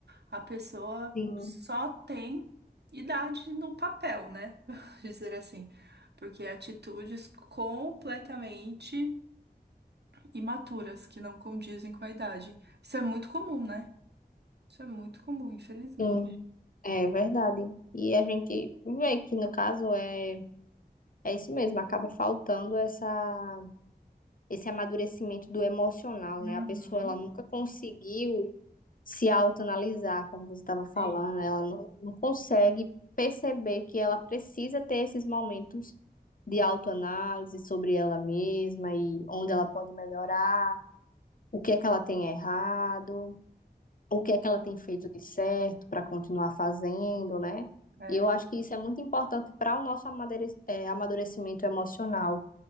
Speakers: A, on the right; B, on the left.
A: A pessoa
B: Sim,
A: só tem idade no papel, né? <laughs> dizer assim, porque atitudes completamente imaturas, que não condizem com a idade. Isso é muito comum, né? Isso é muito comum, infelizmente.
B: sim, é verdade. E a gente vê que no caso é, é isso mesmo, acaba faltando essa, esse amadurecimento do emocional,
A: Uhum,
B: né? A pessoa ela nunca conseguiu se autoanalisar, como você estava falando,
A: sim.
B: ela não, não consegue perceber que ela precisa ter esses momentos de autoanálise sobre ela mesma e onde ela pode melhorar, o que é que ela tem errado, o que é que ela tem feito de certo para continuar fazendo, né?
A: É,
B: E eu acho que isso é muito importante para o nosso amadure- eh, amadurecimento emocional,